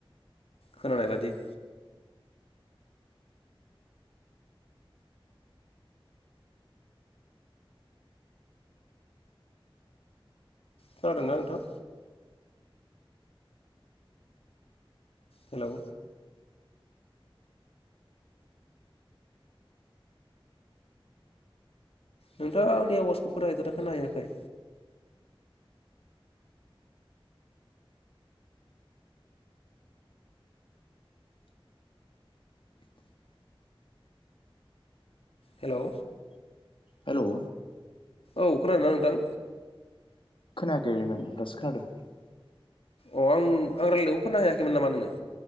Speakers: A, on the left (about 85°); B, on the left (about 60°).
A: खोनानाय बादि खोनादोंना नोंथां? हेलौ नोंथाङा आंनि आवाजखौ खोनाहैदोंना खोंनाहैयाखै?
B: <inaudible>
A: हेलौ
B: हेलौ
A: औ खोनादोंना नोंथां?
B: खोनायाखैमोन दासो खोनादों।
A: अ आं आं रायलायनायखौ खोना हैयाखैमोन नामा नोङो?